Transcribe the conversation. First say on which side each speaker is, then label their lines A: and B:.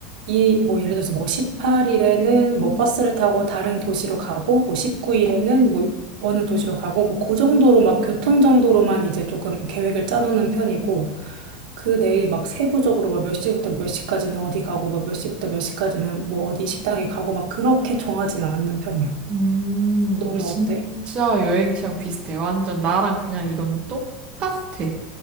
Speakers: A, on the right; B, on the right.
A: 이, 뭐, 예를 들어서 뭐 18일에는 뭐 버스를 타고 다른 도시로 가고, 뭐 19일에는 뭐 어느 도시로 가고, 뭐 그 정도로 막 교통 정도로만 이제 조금 계획을 짜놓는 편이고, 그 내일 막 세부적으로 막 몇 시부터 몇 시까지는 어디 가고, 막 몇 시부터 몇 시까지는 뭐 어디 식당에 가고, 막 그렇게 정하진 않는 편이야.
B: 음,
A: 너는
B: 오, 진짜
A: 어때?
B: 여행 취향 비슷해. 완전 나랑 그냥 이거는 똑같아.